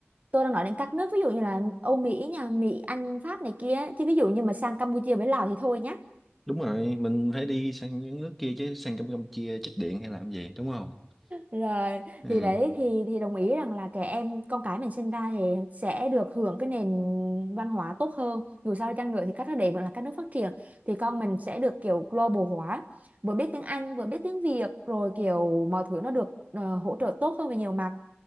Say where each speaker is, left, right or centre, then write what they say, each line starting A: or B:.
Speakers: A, on the right; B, in the centre.
A: tôi đang nói đến các nước ví dụ như là Âu Mỹ nha Mỹ Anh Pháp này kia chứ ví dụ như mà sang Campuchia với Lào thì thôi nhá
B: đúng rồi mình phải đi sang những nước kia chứ sang Campuchia chích điện hay làm gì đúng không
A: Rồi,
B: ừ
A: thì đấy thì thì đồng ý rằng là trẻ em con cái mình sinh ra thì sẽ được hưởng cái nền văn hóa tốt hơn. Dù sao đi chăng nữa thì các nước đấy vẫn là các nước phát triển thì con mình sẽ được kiểu global hóa, vừa biết tiếng Anh, vừa biết tiếng Việt rồi kiểu mọi thứ nó được ờ, hỗ trợ tốt hơn về nhiều mặt